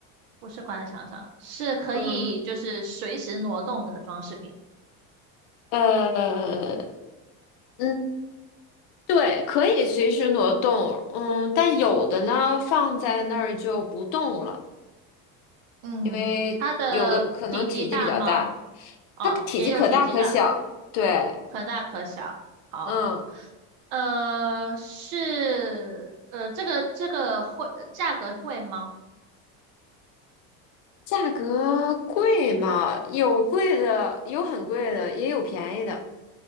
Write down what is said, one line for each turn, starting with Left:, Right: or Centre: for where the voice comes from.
Right: 不是挂在墙上，是可以就是随时挪动的装饰品。
Left: 嗯呃嗯，对，可以随时挪动，嗯，但有的呢放在那儿就不动了，
Right: 嗯，
Left: 因为有的可能体积比较大，
Right: 它的体积大吗？哦，
Left: 它体积可大可小。
Right: 也有体积大，
Left: 对，
Right: 可大可小。哦，
Left: 嗯，
Right: 呃，是，呃，这个这个会价格贵吗？
Left: 价格贵嘛，有贵的，有很贵的，也有便宜的。